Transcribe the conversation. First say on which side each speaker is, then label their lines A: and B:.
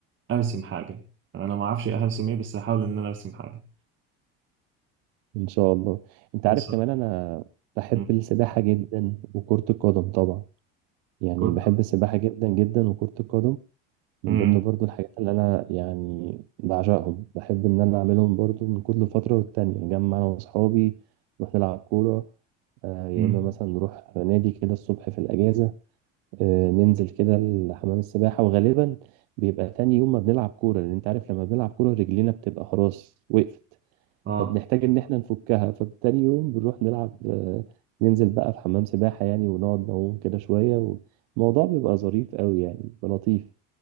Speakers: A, on the right (about 40°); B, on the right (about 70°).
A: ارسم حاجة انا ما اعرفش إيه هرسم ايه بس هحاول ان انا ارسم حاجة
B: ان شاء الله انت
A: ان
B: عارف
A: شاء
B: كمان انا بحب
A: الله مم.
B: السباحه جدا وكره القدم طبعا يعني
A: كرة
B: بحب السباحه جدا جدا وكره القدم من
A: امم
B: ضمن برضو الحاجات اللي انا يعني بعشقهم بحب ان انا اعملهم برضو من كل فتره والتانيه نجمع انا واصحابي نروح نلعب كوره آه، يا
A: امم
B: اما مثلا نروح نادي كده الصبح في الاجازه آه، ننزل كده لحمام السباحه وغالبا بيبقى تاني يوم ما بنلعب كوره لان انت عارف لما بنلعب كوره رجلينا بتبقى خلاص وقفت
A: اه
B: فبنحتاج ان احنا نفكها فبتاني يوم بنروح نلعب آه، ننزل بقى في حمام سباحة يعني ونقعد نعوم كده شوية والموضوع بيبقى ظريف قوي يعني بيبقى لطيف